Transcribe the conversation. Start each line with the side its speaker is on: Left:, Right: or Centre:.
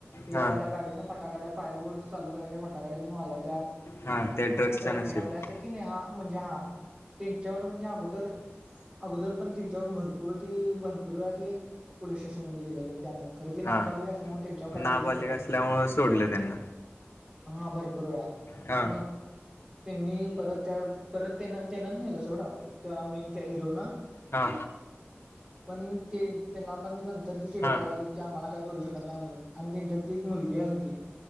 Right: त्या
Left: हा
Right: गाडीतनं फटाकड्या फार वर्क चालू करायच्या फटाकड्या तेन वाजवायच्या.
Left: हा ते ड्रग्सच्या
Right: रॉकेट
Left: नशेत
Right: आपले असतात की नाही हा म्हणजे हा त्यांच्यावर म्हणजे अगोदर. अगोदर पण तिच्यावर भरपूर ती भरपूर वेळा ती. पोलीस स्टेशनमध्ये गेलेले त्यामुळे खरे ती नाबालिक
Left: हा
Right: असतात. त्यामुळे ते जोक् काय
Left: नाबालिक
Right: करू शकत नसते.
Left: असल्यामुळे सोडलं त्यांना
Right: हा भरपूर वेळा.
Left: हा!
Right: मग त्यांनी परत त्या परत त्यांना त्यांनाच नेलं सोडं आपल त्या मेन हिरो न.
Left: हा!
Right: पण ते त्यांना पण नंतर ती चिडवा
Left: हा
Right: लागली की, आम्हाला काय करू शकत नाही, म्हणून आणि त्यांच्यात ती मुलगी. या होती.